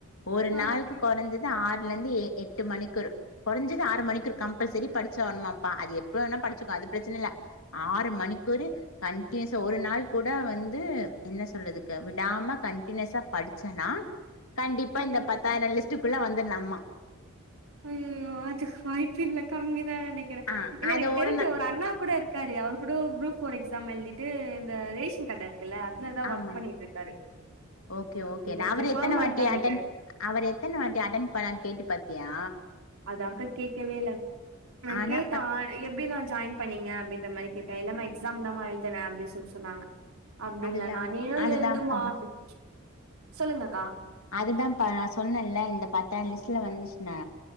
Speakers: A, on the left (about 75°); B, on the right (about 80°).
A: ஒரு
B: ஆ
A: நாளுக்கு குறைஞ்சது ஆறுல இருந்து எட்டு மணிக்கு குறைஞ்சது ஆறு மணிக்கு கம்பல்சரி படிச்சியாணுபா அது எப்படிவேணா படிச்சிக அது பிரச்சனை இல்ல ஆறு மணிக்குவோரு கண்டினியூஸா ஒரு நாள் கூட வந்து என்னச்சொல்றதுக்கு விடாம கண்டினியூஸா படிச்சன்னா கண்டிப்பா
B: ஓகே
A: இந்த பத்தாயிரம் லிஸ்ட் ட்டுக்குள்ள வந்துடலாம
B: அய்யயோ அதுக்கு வாய்ப்பில்லா கம்மி நினைக்கிறேன்
A: ஆ
B: இல்ல
A: அது
B: என தெரிஞ்ச
A: நா
B: ஒரு அண்ணா கூட இருக்காரு அவர் கூட குரூப் ப்போர்எக்ஸாம் எழுதிட்டு இந்த ரேஷன் கட இருக்குல்ல அதுலதா
A: ஆமா
B: ஒர்க் பண்ணிட்ருக்காரு
A: ஓகே ஓகே
B: எனக்கு தெரிஞ்சு
A: அவர் எத்தனை
B: பெர்மனன்ட்டா
A: வாட்டி
B: நெனைக்கிறே
A: அவர் எத்தனை வாட்டி அட்டன் பண்ணருனு கேட்டு பா த்தியா
B: அதங்கா கேட்கவேயில்லா நா
A: ஆனா
B: கேட்டா எப்படி நான் ஜாயின் பண்ணிங்க அப்பிடின்ற மாரி கேட்ட இல்லாம எக்ஸாம் தானம்மா எழுதி தன அப்டின்னு சொல் சொன்னாங்க அப்படிங்களா
A: அதுதான்ப்பா
B: நா நீயோ
A: அதுதான்ப்பா
B: எழுதுமா அப்டின் சொல்லுங்கக்கா
A: அதுதான் நான் சொன்னல இந்த பத்தயிரம் லிஸ்ட்ல வந்துச்சுன்னா